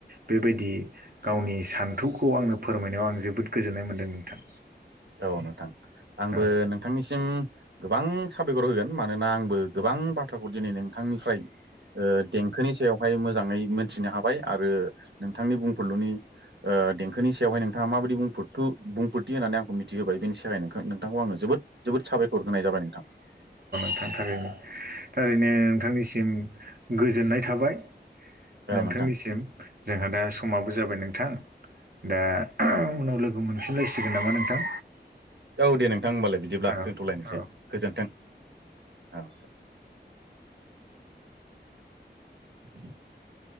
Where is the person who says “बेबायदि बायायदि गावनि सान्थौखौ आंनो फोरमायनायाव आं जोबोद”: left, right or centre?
Right